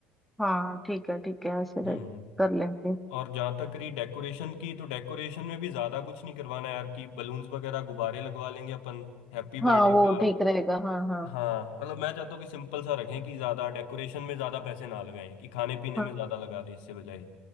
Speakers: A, in the centre; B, on the left (about 75°).
A: हाँ ठीक है ठीक है ऐसे रहे-
B: हम्म
A: कर लेंगे
B: और जहाँ तक रही डेकोरेशन की तो डेकोरेशन में भी ज़्यादा कुछ नहीं करवाना है यार कि बलून्स वगैरह गुब्बारे लगवा लेंगे अपन हैप्पी
A: हाँ
B: बर्थडे
A: वो
B: का
A: ठीक रहेगा हाँ हाँ
B: हाँ मतलब मैं चाहता हूँ कि सिंपल सा रखें कि ज़्यादा डेकोरेशन में ज़्यादा पैसे ना लगाएं कि खाने पीने
A: हाँ
B: में ज़्यादा लगा दें इससे बजाय